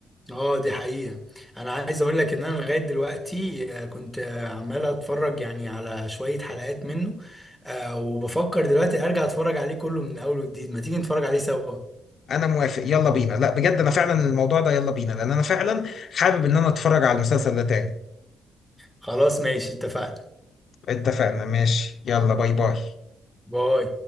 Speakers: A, in the centre; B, on the left.
A: آه دي حقيقة أنا عايز أقول لك إن أنا لغاية دلوقتي آه، كنت آه، عمال أتفرج يعني على شوية حلقات منه آه، وبفكر دلوقتي أرجع أتفرج عليه كله من أول وجديد ما تيجي نتفرج عليه سوا
B: انا موافق يلا بينا لا بجد انا فعلا الموضوع ده يلا بينا لان انا فعلا حابب ان انا اتفرج على المسلسل ده تاني
A: خلاص ماشي اتفقنا
B: اتفقنا ماشي يلا باي باي
A: باي